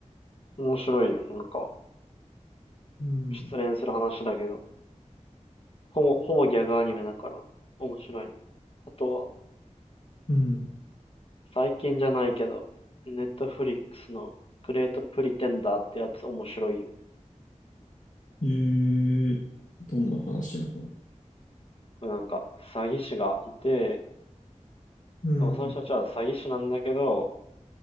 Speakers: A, on the left; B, on the left.
A: 面白いよ。なんか、
B: うん。
A: 失恋する話だけど、ほぼ、ほぼギャグアニメだから、面白い。あとは、
B: うん。
A: 最近じゃないけど、ネットフリックスのグレートプリテンダーってやつ面白いよ。
B: えー、どんな話なの
A: これなんか、詐欺師がいて、
B: うん。
A: その人たちは詐欺師なんだけど、